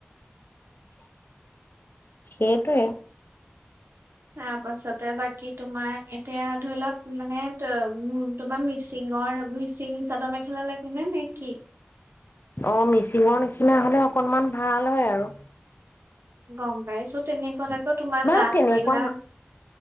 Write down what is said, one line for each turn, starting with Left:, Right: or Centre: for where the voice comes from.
Left: সেইটোৱে
Right: তাৰপাছতে বাকি তোমাৰ এতিয়া ধৰি লওক মানে তোমাৰ মিচিঙৰ মিচিং চাদৰ মেখেলা লাগেনে নে কি
Left: অ মিচিঙৰ নিচিনা হলে অকনমান ভাল হয় আৰু
Right: গম পাইছো তেনেকুৱা তোমাৰ
Left: বা
Right: দাঁত
Left: তেনেকুৱা
Right: নিলা অ',